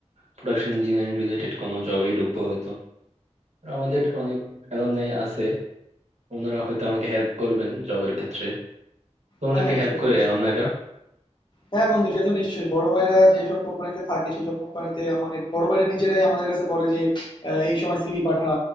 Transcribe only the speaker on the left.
হ্যাঁ
সে তো
নিশ্চয়ই
হ্যাঁ বন্ধু সে তো নিশ্চয়ই বড় ভাইরা যেসব কোম্পানিতে থাকে সেসব কোম্পানিতে মানে বড় ভাইরা নিজেরাই আমাদের কাছে বলে যে আহ, এই সময় সিভি পাঠা